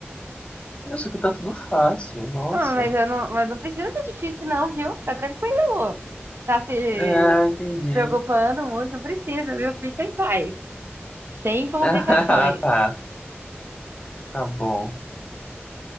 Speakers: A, on the left (about 30°); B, on the right (about 60°).
A: Isso aqui tá tudo fácil, nossa.
B: Ah, mas eu não, mas não precisa ser difícil, não, viu? Fica tranquilo. Tá se,
A: É, entendi.
B: se preocupando
A: <laughs>
B: muito, não precisa, viu? Fica em paz. Sem complicações.
A: Ah, tá, tá bom.